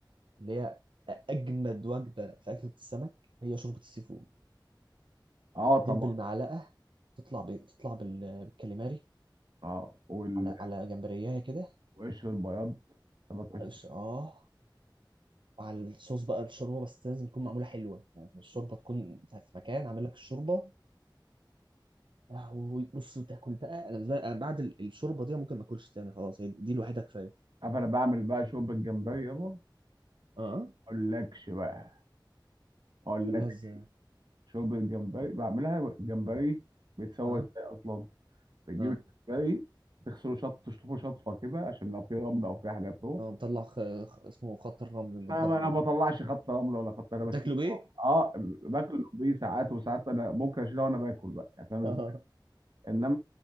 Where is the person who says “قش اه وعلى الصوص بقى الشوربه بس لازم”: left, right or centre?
Right